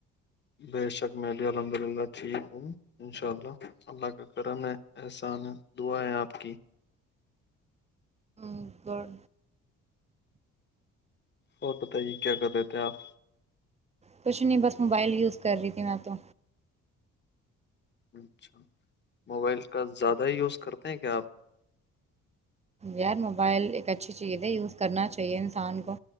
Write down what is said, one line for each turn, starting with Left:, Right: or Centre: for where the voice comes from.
Left: بے شک میں بھی الحمد للہ ٹھیک ہوں انشاء اللہ اللہ کا کرم ہے احسان ہے دعا ہے آپ کی
Right: ا گر
Left: اور بتائیے کیا کر رہ تھ ہیں آپ
Right: کچھ نہیں بس موبائل یوز کر رہی تھی میں تو
Left: اچھا موبائل کا زیادہ ہی یوز کرتے ہیں کیا آپ
Right: یار موبائل ایک اچھی چیز ہے یوز کرنا چاہیے انسان کو